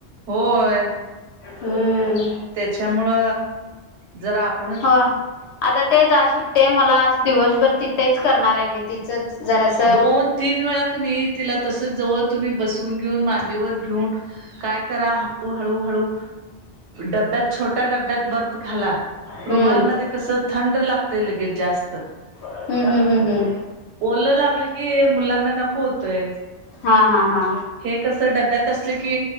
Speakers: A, on the right (about 85°); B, on the left (about 75°).
A: होय
B: हम्म
A: त्याच्यामुळं जर आप
B: हो आता तेच आ सुट्टी आहे मला आज दिवसभर तिथेच करणार आहे मी तिचंच जरासं
A: दोन, तीन वेळा क नाही तिला तसच जवळ तुम्ही बसवून घेऊन मांडीवर घेऊन काय करा हळू हळूहळू डब्यात छोट्या डब्यात बर्फ घाला.
B: हम्म
A: रुमालमध्ये कसं थंड लागतय लगेच जास्त.
B: हम्म हम हम्म हम
A: बोललं लागलं की मुलांना नको होतय.
B: हा हा हा
A: हे कसं डब्यात असलं की